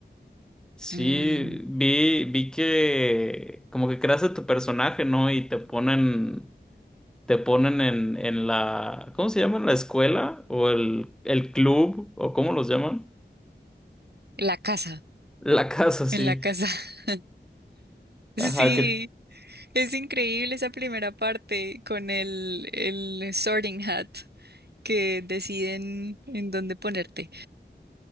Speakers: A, in the centre; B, on the right.
A: Sí,
B: Mm,
A: vi, vi que como que creas a tu personaje, ¿no? Y te ponen, te ponen en, en la, ¿cómo se llama? ¿La escuela? ¿O el, el club? ¿O cómo los llaman?
B: la casa.
A: <laughs> La casa, sí.
B: En la casa. <laughs> Sí,
A: Ajá, que
B: es increíble esa primera parte con el, el Sorting Hat que deciden en dónde ponerte.